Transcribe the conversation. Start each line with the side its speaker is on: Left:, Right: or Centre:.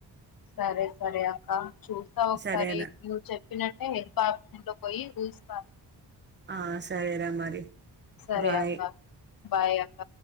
Left: సరే సరే అక్క చూస్తా ఒకసారి
Right: సరేరా
Left: నువ్వు చెప్పినట్టే హది ఇంట్లో పోయి చూస్తాను
Right: ఆ సరే రా మరి
Left: సరే
Right: బాయ్
Left: అక్క బాయ్ అక్క